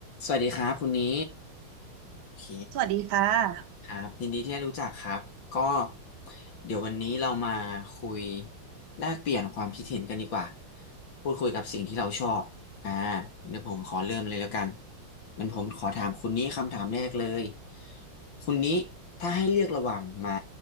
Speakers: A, on the left (about 65°); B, on the right (about 75°).
A: สวัสดีครับคุณนี้โอเค
B: สวัสดีค่ะ
A: ครับยินดีที่ได้รู้จักครับก็เดี๋ยววันนี้เรามาคุยแลกเปลี่ยนความคิดเห็นกันดีกว่าพูดคุยกับสิ่งที่เราชอบอ่าเดี๋ยวผมขอเริ่มเลยแล้วกันมันผมขอถามคุณนี้คำถามแรกเลยคุณนี้ถ้าให้เลือกระหว่างหมา